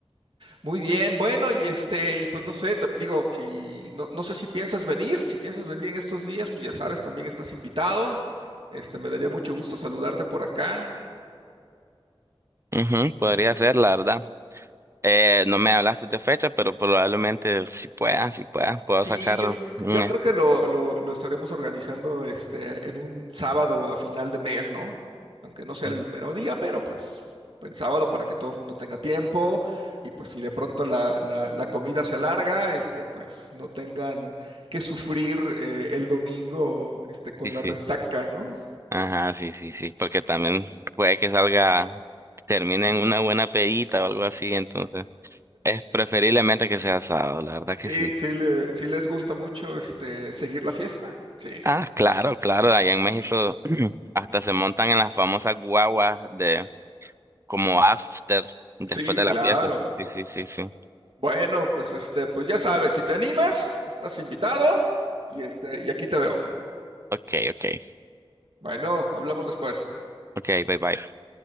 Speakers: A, on the right; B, on the right.
A: Muy bien, bueno, y este, y pues no sé, te- digo, si no, no sé si piensas venir, si piensas venir en estos días, pues ya sabes, también estás invitado. Este, me daría mucho gusto saludarte por acá.
B: ujú, ujú, podría ser, la verdad. Eh, no me hablaste de fecha, pero probablemente si puedas, si puedas, puedo
A: Sí,
B: sacar
A: yo,
B: un...
A: yo
B: es-
A: creo que lo, lo, lo estaremos organizando este, en un sábado a final de mes, ¿no? Aunque no sea
B: mm,
A: el mero día, pero pues en sábado para que todo el mundo tenga tiempo y pues si de pronto la, la- la comida se alarga, este, pues no tengan que sufrir eh, el domingo este,
B: Sí,
A: con
B: sí.
A: la resaca, ¿no?
B: Ajá, sí, sí, sí, porque también puede que salga, termine en una buena pedita o algo así, entonces es preferiblemente que sea sábado, la verdad
A: Sí,
B: que sí.
A: sí, le- sí les gusta mucho este, seguir la fiesta. Sí,
B: Ah, claro, claro, allá en México <clears throat> hasta se montan en las famosas guaguas de como after, después
A: sí,
B: de la
A: claro.
B: fiesta. Sí, sí, sí, sí. sí.
A: Bueno, pues este, pues ya sabes, si te animas, estás invitado y este, y aquí te veo.
B: Ok, ok.
A: Bueno, hablamos después.
B: Ok, bye bye.